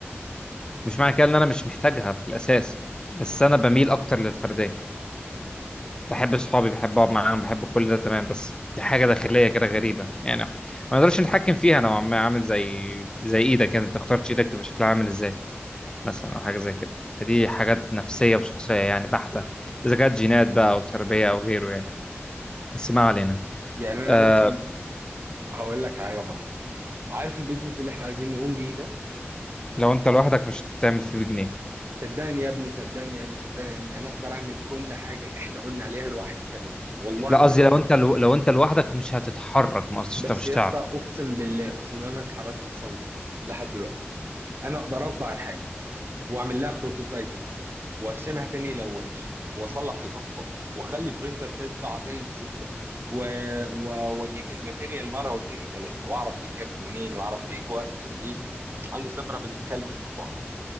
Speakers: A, on the left; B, on the right.
A: مش معنى كده ان انا مش محتاجها في الاساس بس انا بميل اكتر للفرديه بحب صحابي بحب اقعد معاهم بحب كل ده تمام بس دي حاجه داخليه كده غريبه يعني ما نقدرش نتحكم فيها نوعا ما عامل زي زي ايدك انت اخترتش ايدك تبقى شكلها عامل ازاي مثلا او حاجه زي كده فدي حاجات نفسيه وشخصيه يعني بحته اذا كانت جينات بقى او تربيه او غيره يعني بس ما علينا
B: يعني انا
A: أه...
B: مثلا هقول لك حاجه برضه عارف البيزنس اللي احنا عايزين نقوم بيه ده
A: لو انت لوحدك مش هتعمل فيه بجنيه
B: صدقني يا ابني صدقني يا ابني صدقني يا ابني انا اقدر اعمل كل حاجه احنا قلنا عليها لوحدي تماما والله
A: لا
B: العظيم
A: قصدي لو
B: أقدر.
A: انت لو, لو انت لوحدك مش هتتحرك ما قصديش
B: بس
A: انت مش
B: يا
A: هتعرف
B: اسطى اقسم بالله اقسم بالله ما اتحركت سنتي لحد دلوقتي انا اقدر اطبع الحاجه واعمل لها بروتوتايبنج وارسمها تاني لو وحش واصلح الاخطاء واخلي البرينتر تتبع زي الزبده و... و... واجيب الماتيريال مره واثنين وثلاثه واعرف بيتجاب منين واعرف بيجي وقت قد ايه عندي خبره بنت كلب في الطباعه